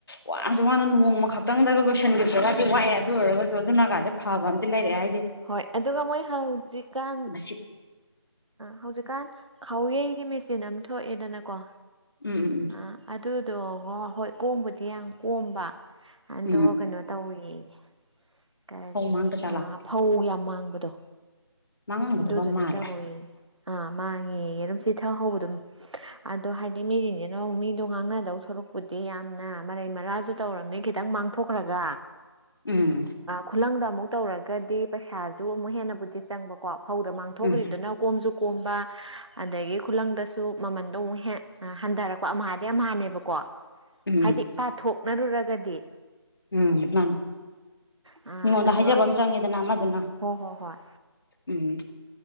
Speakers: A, on the left (about 50°); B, on the right (about 85°).
A: ꯋꯥꯅꯁꯨ ꯋꯥꯅ ꯅꯣꯡꯃ ꯈꯛꯇꯪꯗꯒ ꯂꯣꯏꯁꯤꯟꯈꯤꯕ꯭ꯔꯒꯗꯤ ꯋꯥꯏꯑꯦ ꯑꯗꯨ ꯑꯣꯏꯔꯒꯁꯨ ꯑꯗꯨꯅ ꯦ ꯐꯥꯎꯕꯗꯤ ꯂꯩꯔꯦ ꯍꯥꯏ
B: ꯍꯣꯏ ꯑꯗꯨꯒ ꯃꯣꯏ ꯍꯧꯖꯤꯛꯀꯥꯟ
A: ꯃꯁꯤꯠ
B: ꯍꯧꯖꯤꯛꯀꯥꯟ ꯈꯥꯎꯋꯩꯒꯤ ꯃꯦꯆꯤꯟ ꯑꯃ ꯊꯣꯛꯑꯦꯗꯅꯀꯣ
A: ꯎꯝ ꯎꯝ ꯎꯝ
B: ꯑ ꯑꯗꯨ ꯑꯗꯨꯒ ꯍꯣꯏ ꯀꯣꯝꯕꯗꯤ ꯌꯥꯝ ꯀꯣꯝꯕ ꯑꯗꯣ
A: ꯎꯝ
B: ꯀꯩꯅꯣ ꯇꯧꯋꯅꯦ ꯀꯔꯤ
A: ꯐꯧ ꯃꯥꯡꯗ ꯖꯥꯠꯂꯥ
B: ꯐꯧ ꯌꯥꯝ ꯃꯥꯡꯕꯗꯣ
A: ꯃꯥꯡꯉꯝꯒꯗꯕ
B: ꯑꯗꯨꯗꯨꯗꯤ
A: ꯃꯥꯜꯂꯦ
B: ꯇꯧꯋ ꯑꯥ ꯃꯥꯡꯉꯦ ꯑꯗꯨꯝ ꯆꯤꯊ ꯍꯧꯕ ꯑꯗꯨꯝ ꯑꯗꯣ ꯍꯥꯏꯗꯤ ꯃꯤꯁꯤꯡꯁꯤꯅ ꯃꯤꯗꯣ ꯉꯥꯡꯅꯗꯧ ꯊꯣꯔꯛꯄꯨꯗꯤ ꯌꯥꯝꯅ ꯃꯔꯩ ꯃꯔꯥꯁꯨ ꯇꯧꯔꯝꯅꯤ ꯈꯤꯇꯪ ꯃꯥꯡ ꯊꯈ꯭ꯔꯥꯒ
A: ꯎꯝ
B: ꯈꯨꯂꯪꯗ ꯑꯃꯨꯛ ꯇꯧꯔꯒꯗꯤ ꯄꯩꯁꯥꯁꯨ ꯑꯃꯨꯛ ꯍꯦꯟꯅꯕꯨꯗꯤ ꯆꯪꯕꯀꯣ ꯐꯧꯗ ꯃꯥꯡꯊꯣꯛꯈ꯭ꯔꯤꯗꯨꯅ
A: ꯎꯝ
B: ꯀꯣꯝꯁꯨ ꯀꯣꯝꯕ ꯑꯗꯒꯤ ꯈꯨꯂꯪꯗꯁꯨ ꯃꯃꯟ ꯑꯃꯨꯛ ꯍꯟꯊꯔꯛꯄ ꯑꯃꯥꯗꯤ ꯑꯃꯅꯦꯕꯀꯣ
A: ꯎꯝ
B: ꯍꯥꯏꯗꯤ ꯄꯥꯊꯣꯛ ꯅꯛꯅꯔꯨꯔꯒꯗꯤ
A: ꯎꯝ ꯅꯥꯟ
B: ꯑ
A: ꯃꯤꯉꯣꯟꯗ
B: ꯀꯩꯅꯣ
A: ꯍꯥꯏꯖꯕ ꯑꯃ ꯆꯪꯉꯦꯗꯅ ꯑꯃꯗꯨꯅ
B: ꯍꯣ ꯍꯣ ꯍꯣꯏ
A: ꯎꯝ